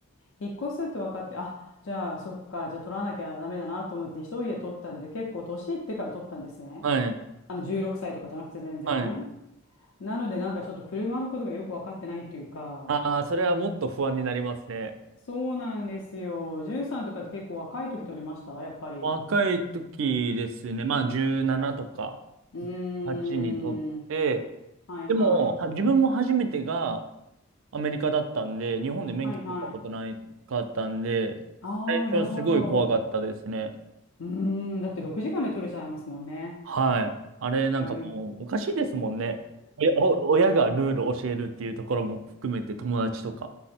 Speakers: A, on the left; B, on the right.
A: 引っ越すって分かって、あ、じゃあ、そっか、じゃあ取らなきゃダメだなと思って、一人で取ったので、結構年いってから取ったんですね。
B: はい。
A: あの、16歳とかじゃなくて全然。
B: はい。
A: なので、なんかちょっと車のことがよく分かってないっていうか、
B: ああ、それはもっと不安になりますね。
A: そうなんですよ。じゅんさんとかって結構若い時取りましたやっぱり。
B: 若い時ですね、まあ17とか
A: うーん。
B: 8にとって、
A: はいはい。
B: でも、は自分も初めてがアメリカだったんで、日本で免許取ったことないかったんで、
A: はいはい。ああ、
B: 最初はすごい怖かったですね。
A: なるほど。うーん。だって6時間で取れちゃいますもんね。
B: はい。あれなんかもうおかしいですもんね。
A: あれ、
B: おやお親がルールを教えるっていうところも含めて友達とか。